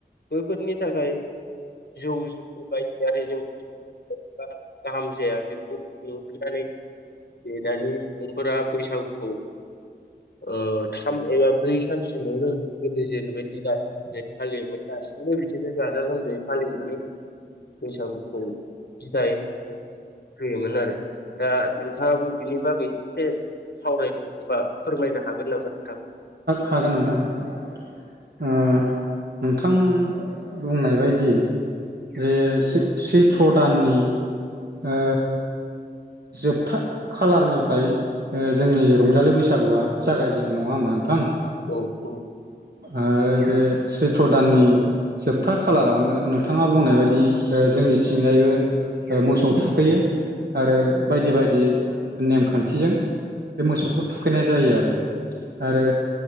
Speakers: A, on the left (about 80°); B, on the right (about 75°).
A: बैफोरनि थाखाय जौ बायदि आरि जों <unintelligible> गाहाम जाया बेखौ नुहुरनानै बे दानि सुबुंफोरा बैसागुखौ ओ थाम एबा ब्रै सानसिमावनो गोदो जेरैबायदि गाजा गोमजायै फालियोमोन दासिमबो बिदिनो गाजा गोमजायै फालिनानै बैसागुखौ बिदाय होयोमोन आरो दा नोंथाङाबो बिनि बागै एसे सावरायनो बा फोरमायनो हागोन नामा नोंथां
B: हागोन नोंथां हागोन ओ नोंथां बुंनाय बायदि जे सै सैथ्र' दाननि ओ जोबथा खालारनिफ्राय ओ जोंनि रंजालि बैसागुआ जागायजेनो नङा होनबा थां
A: औ औ
B: आरो बे सैथ्र दाननि जोबथा खालारावनो नोंथाङा बुंनाय बायदि ओ जोंनिथिंजायबो मोसौ थुखैयो आरो बायदि बायदि नेमखान्थिजों बे मोसौखौ थुखैनाय जायो आरो आरो